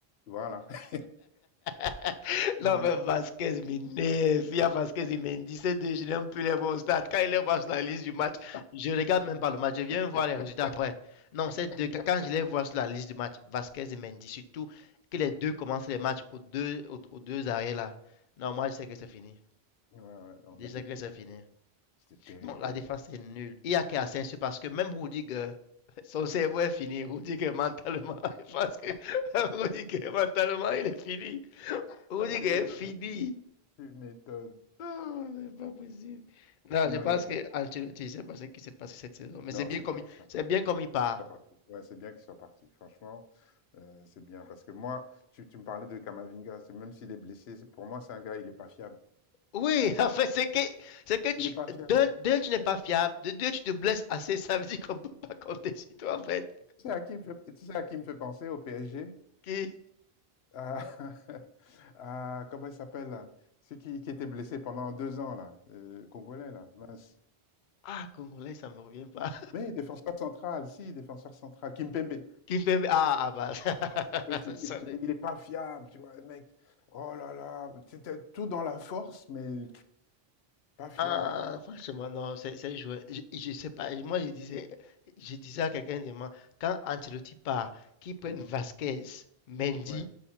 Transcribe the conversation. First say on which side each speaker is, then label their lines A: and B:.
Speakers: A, on the left (about 80°); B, on the left (about 60°).
A: Voilà. <laughs>
B: <laughs>
A: Voilà.
B: non, mais Vasquez m'énerve. Il y a Vasquez, il me dit c'est deux, je n'aime plus les voir au stade. Quand il les voit sur la liste du match, je ne regarde même pas le match, je viens voir les résultats après. Non, c'est deux, quand je les vois sur la liste du match, Vasquez et Mendy, surtout que les deux commencent les matchs aux deux, aux, aux deux arrêts là. Non, moi je sais que c'est fini.
A: Ouais, ouais, non,
B: Je
A: mais
B: sais
A: c'était
B: que c'est fini.
A: c'était terrible,
B: Non, la
A: terrible.
B: défense est nulle. Il y a qu'à Asensio parce que même Rudiger, <laughs> son cerveau est fini. Rudiger mentalement, <laughs> parce que Rudiger mentalement, il est fini. Rudiger
A: Ah, tu m'étonnes,
B: est fini.
A: tu m'étonnes.
B: Oh, c'est pas possible. Non,
A: Non,
B: je pense
A: il y a-
B: que Ancelotti, c'est pas ce qui s'est passé cette saison. Mais
A: non,
B: c'est bien
A: c'est
B: comme,
A: bien
B: il-
A: qu'il soit
B: c'est bien comme il part.
A: qu'il soit parti. Ouais, c'est bien qu'il soit parti. Franchement, euh, c'est bien. Parce que moi, tu, tu me parlais de Kamavinga, c'est- même s'il est blessé, c'est- pour moi, c'est un gars, il n'est pas fiable.
B: Oui, <laughs> en fait, c'est que, c'est que tu,
A: Il n'est pas fiable.
B: d'un, d'un, tu n'es pas fiable, de deux, tu te blesses assez, ça veut dire qu'on peut pas compter sur toi, en fait.
A: Tu sais à qui, il me fait- tu sais à qui me fait penser au PSG?
B: Qui,
A: À, <laughs> à- comment il s'appelle là? Celui qui, qui était blessé pendant deux ans, là, le Congolais, là, mince.
B: ah, Congolais, ça me revient pas.
A: Mais défenseur central, si, défenseur central, Kimpembe.
B: <laughs> Qui fait, ah, ah, bah, <laughs> ça,
A: Ouais, c'est
B: ça, ça,
A: il est pas fiable, tu vois, le mec. Oh là là, c'était tout dans la force, mais pas fiable.
B: Ah, franchement, non, c'est c'est joué. Je, je sais pas. Moi, je disais, je disais à quelqu'un demain, quand Ancelotti part, qu'ils prennent
A: Mhm,
B: Vasquez, Mendy,
A: ouais.